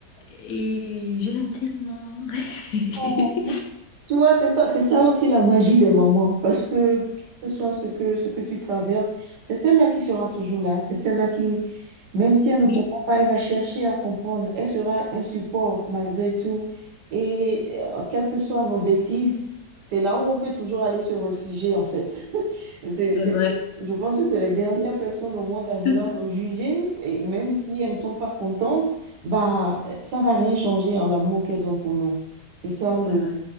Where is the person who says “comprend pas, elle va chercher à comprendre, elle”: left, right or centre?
Right